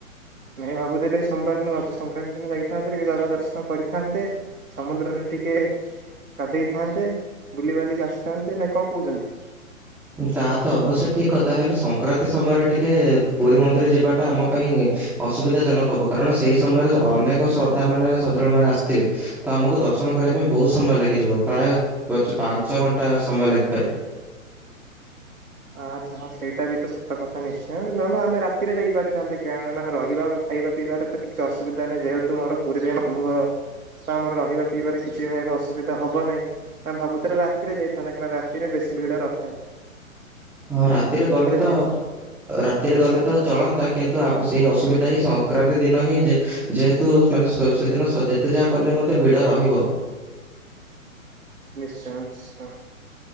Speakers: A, on the right; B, in the centre.
A: ନାଇଁ ଭାବୁ ଥିଲି? ଏଇ ସୋମବାର ଦିନ ରଜ ସଂକ୍ରାନ୍ତି ଦିନ ଯାଇଥାନ୍ତେ। ଟିକେ ଜାଗା ଦର୍ଶନ କରିଥାନ୍ତେ। ସମୁଦ୍ରରେ ଟିକେ ଗାଧେଇଥାନ୍ତେ। ବୁଲିିବାଲିିକି ଆସିଥାନ୍ତେ। ନା କଣ କଉଚନ୍ତି?
B: ତାହା ତ ଅବଶ୍ୟ ଠିକ୍ କଥା। ହେଲେ ସଂକ୍ରାନ୍ତି ସମୟରେ ଟିକେ ପୁରୀ ମନ୍ଦିର ଯିବା ଟା ଆମ ପାଇଁ ଅସୁବିଧା ଜନକ ହବ। କାରଣ ସେଇ ସମୟରେ ଅନେକ ଶ୍ରଦ୍ଧା ମାନେ ଶ୍ରଦ୍ଧାଳୁ ମାନେ ଆସି ଥିବେ। ତ ଆମୁ କୁ ଦର୍ଶନ କରିବା ପାଇଁ ବୋହୁତ୍ ସମୟ ଲାଗି ଯିବ। ପ୍ରାୟେ ପାଞ୍ଚ ପାଞ୍ଚ ଘଣ୍ଟା ସମୟ ଲାଗି ପାରେ।
A: ଆହାଃ ଆଚ୍ଛା। ହଁ ସେଇଟା ବି ତ ସତ କଥା ନିଶ୍ଚୟ। ନହେଲେ ଆମେ ରାତିରେ ଯାଇ ପାରିଥାନ୍ତେ। କାରଣ ନା ହଁ ରହିବା ଖାଇବା ପିଇବାରେ ବି ତ କିଛି ଅସୁବିଧା ନାହିଁ। ଯେହେତୁ ମୋର ପୁରୀରେ ମାମୁଁ ଘର। ତ ଆମର ରହିବା ପିଇବାରେ କିଛି ଭାଇ ଏବେ ଅସୁବିଧା ହବ ନାହିଁ। ତ ଆମେ ଭାବୁଥିଲେ ରାତିରେ ଯାଇଥାନ୍ତେ। କାହିଁକି ନା ରାତିରେ ବେଶୀ ଭିଡ଼ ନ ଥାଏ।
B: ହଁ ରାତିରେ ଗଲେ ତ
A: ଯାଇ
B: ରାତିରେ ଗଲେ ତ ଚଳନ୍ତା। କିନ୍ତୁ ଆପ୍ ସେଇ ଅସୁବିଧା ହିଁ ସଂକ୍ରାନ୍ତି ଦିନ ହିଁ ଯେ ଯେହେତୁ ମାନେ ସ ସେଦିନ ସଜ୍ ଯେତେ ଯାହା କଲେ ମଧ୍ୟ ଭିଡ଼ ରହିବ।
A: ନିଶ୍ଚୟ ନିଶ୍ଚୟ।